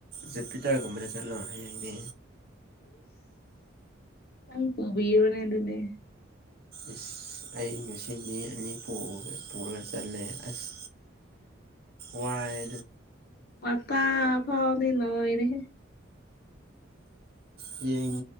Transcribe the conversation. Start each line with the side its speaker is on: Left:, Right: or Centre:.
Right: ꯖꯄꯤꯇꯔꯒꯨꯝꯕꯗ ꯆꯠꯂꯣ ꯍꯌꯦꯡꯗꯤ
Left: ꯅꯪ ꯄꯨꯕꯤꯔꯅꯦ ꯑꯗꯨꯗꯤ
Right: ꯏꯁꯁ ꯑꯩ ꯉꯁꯤ ꯃꯤ ꯑꯅꯤ ꯄꯨꯔꯒ ꯆꯠꯂꯦ ꯑꯁ ꯋꯥꯏ
Left: ꯃꯄ ꯐꯥꯎꯅꯤ ꯂ ꯑꯣꯏꯔꯦ
Right: ꯍꯌꯦꯡ